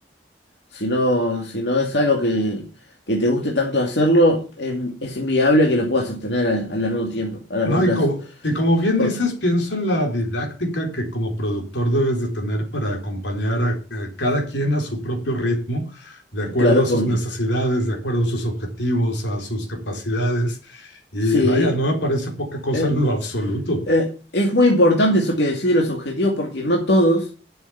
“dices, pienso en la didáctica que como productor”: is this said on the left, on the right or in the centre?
Left